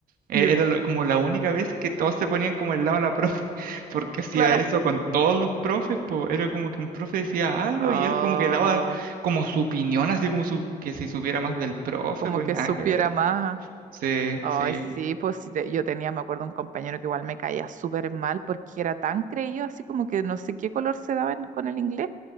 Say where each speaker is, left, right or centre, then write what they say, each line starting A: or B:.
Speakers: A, on the right; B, on the right.
A: E-
B: Ya,
A: Era lo- como la única vez que todos se ponían como el lado de la profe, <laughs> porque hacía
B: Claro.
A: eso con todos los profes, pues era como que un profe decía algo
B: Ah,
A: y él como que daba como su opinión, así como su, que si supiera más del profe,
B: como
A: pues
B: que
A: nada
B: supiera
A: que ver.
B: más.
A: Sí,
B: Ay,
A: sí.
B: sí, pues sí, te- yo tenía, me acuerdo, un compañero que igual me caía súper mal porque era tan creído, así como que no sé qué color se daba en- con el inglés